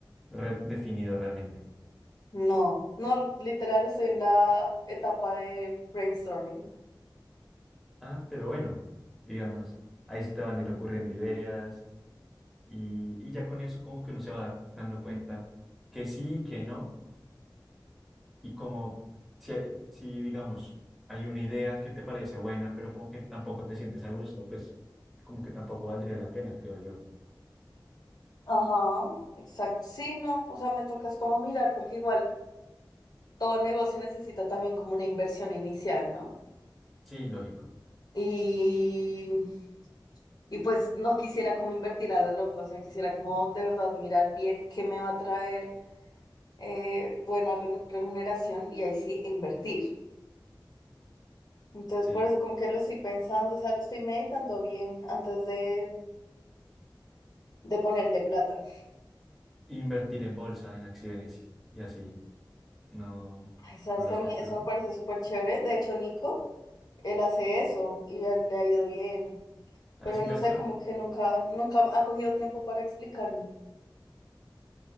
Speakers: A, in the centre; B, on the left.
A: re- definido realmente.
B: No, no, literal estoy en la etapa de brainstorming.
A: Ah, pero bueno, digamos, ahí sí te van a ir ocurriendo ideas y, y ya con eso como que uno se va dando cuenta que sí, que no. y como si, eh, si, digamos, hay una idea que te parece buena, pero como que tampoco te sientes a gusto, pues como que tampoco valdría la pena, creo yo.
B: Ajá, exacto. Sí, no, o sea, me toca es como mirar, porque igual todo negocio necesita también como una inversión inicial, ¿no?
A: Sí, lógico,
B: Y Y pues no quisiera como invertir a la loca, o sea, quisiera como de verdad mirar bien qué me va a traer eh, buena re- remuneración y ahí sí invertir. Entonces,
A: sí.
B: por eso como que lo estoy pensando, o sea, lo estoy meditando bien antes de, de ponerle plata.
A: Invertir en bolsa, en acciones y así, ¿no,
B: Ay, sabes
A: no lo
B: que
A: has
B: a mí
A: pensado?
B: eso me parece súper chévere. De hecho, Nico, él hace eso y a él le ha ido bien,
A: ¿Has
B: pero
A: inversor?
B: no sé, como que nunca, nunca ha cogido tiempo para explicarme.